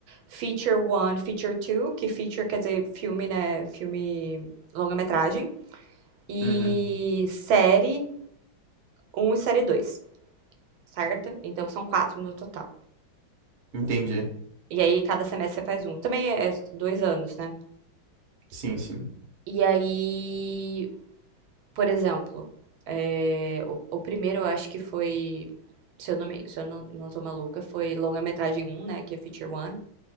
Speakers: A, on the right (about 80°); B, on the right (about 45°).
A: Feature 1, Feature 2, que feature quer dizer filme, né? Filme longa-metragem. E
B: Uhum,
A: série um e série dois certo? Então, são quatro no total.
B: entendi.
A: E aí, cada semestre você faz um. Também é é dois anos, né?
B: Sim, sim.
A: E aí, por exemplo, é, o, o primeiro eu acho que foi, se eu não, me, se eu não, não tô maluca, foi longa-metragem um né? Que é Feature 1.